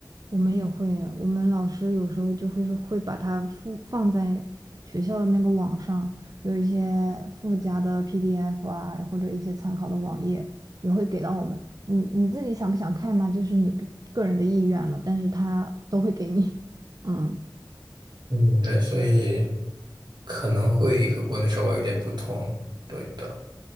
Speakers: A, on the right; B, on the right.
A: 我们也会，我们老师有时候就会说会把它附放在学校的那个网上，有一些附加的 PDF 啊，或者一些参考的网页也会给到我们。你你自己想不想看嘛？就是你个个人的意愿了，但是他都会给你。<laughs> 嗯，
B: 嗯，对，所以可能会和国内稍微有点不同。对的，